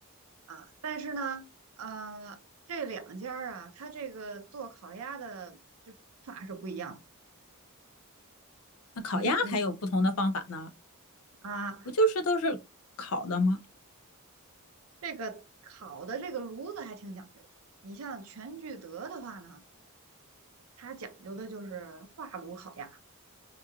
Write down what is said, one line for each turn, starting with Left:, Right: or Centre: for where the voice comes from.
Right: 啊。但是呢，呃，这两家儿啊，它这个做烤鸭的这法是不一样的。
Left: 那烤鸭还有不同的方法呢？
Right: 你你啊，
Left: 不就是都是烤的吗？
Right: 这个烤的这个炉子还挺讲究的。你像全聚德的话呢，它讲究的就是挂炉烤鸭